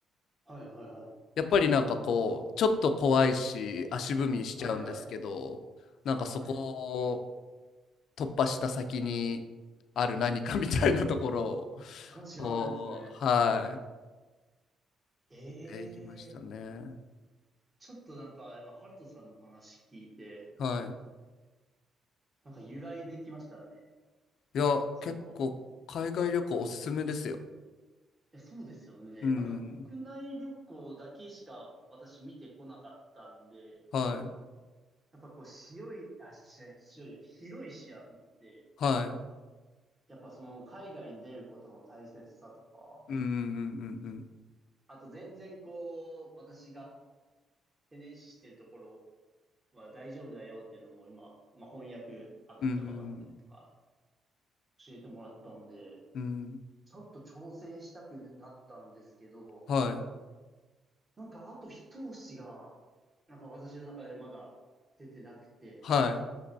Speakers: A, on the right; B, on the left.
A: はい、はい、はい。
B: やっぱりなんかこうちょっと怖いし足踏みしちゃうんですけどなんかそこ
A: はい、はい。はい
B: を突破した先にある何かみたいなところを
A: 価値があるんですね。
B: こうはい
A: ええ
B: 見ていきましたね。
A: ちょっとなんか、今、ハルトさんの話聞いて、
B: はい。
A: なんか由来できましたね。
B: いや、
A: そばを。
B: 結構海外旅行おすすめですよ。
A: いや、そうですよね。
B: うん。
A: なんか国内旅行だけしか私見てこなかったんで、
B: はい。
A: やっぱこう、広い、あ、し広いじゃない、広い視野持って、
B: はい。
A: やっぱその海外に出ることの大切さとか、
B: うんうんうんうん
A: あと全然こう、私が懸念視してるところは大丈夫だよっていうのも今、まあ翻訳アプリとかもあったりとか、
B: うん。うん
A: 教えてもらったんで、
B: うん。うん
A: ちょっと挑戦したくなったんですけど、
B: はい。
A: なんかあと一押しが、なんか私の中でまだ出てなくて、
B: はい。